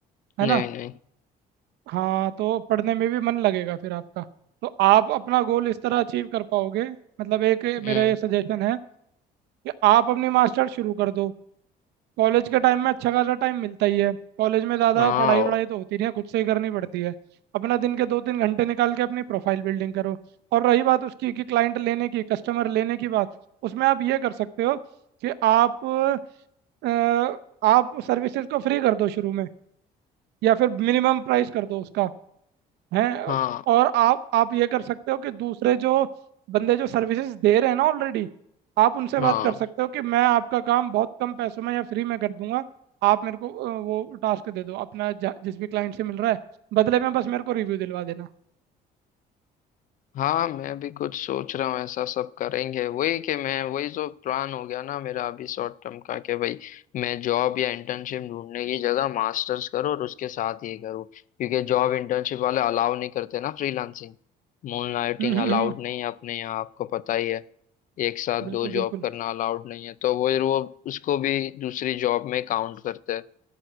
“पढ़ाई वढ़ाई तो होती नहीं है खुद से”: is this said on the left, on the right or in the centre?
Right